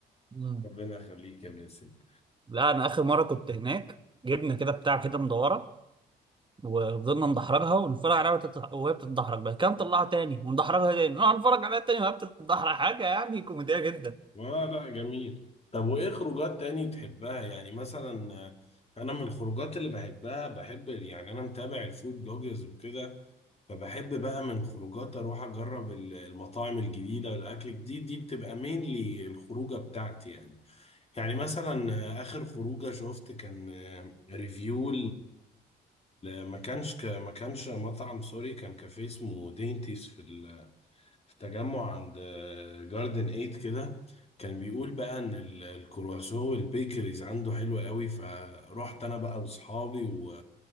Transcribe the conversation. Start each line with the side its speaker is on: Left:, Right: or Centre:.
Right: مم.
Left: ربنا يخليك يا باسم <laughs>
Right: لا انا اخر مره كنت هناك جبنا كده بتاع كده مدوره وفضلنا ندحرجها ونتفرج عليها وتت- وهي بتتدحرج بقى كان طلعها تاني وندحرجها تاني نقعد نتفرج عليها تاني وهي بتتدحرج حاجه يعني كوميديه جدا
Left: اه لا جميل طب وايه خروجات تاني تحبها يعني مثلا آه، انا من الخروجات اللي بحبها بحب يعني انا متابع الفود بلوجرز وكده فبحب بقى من خروجات اروح اجرب ال- المطاعم الجديده والاكل الجديد دي بتبقى مينلي الخروجه بتاعتي يعني يعني مثلا آه، اخر خروجه شفت كان ريفيو ما كانش ك- ما كانش مطعم سوري كان كافيه اسمه دينتيس في في تجمع عند جاردن 8 كده كان بيقول بقى ان ال- الكرواسو والبيكريز عنده حلو قوي فروحت انا بقى واصحابي و...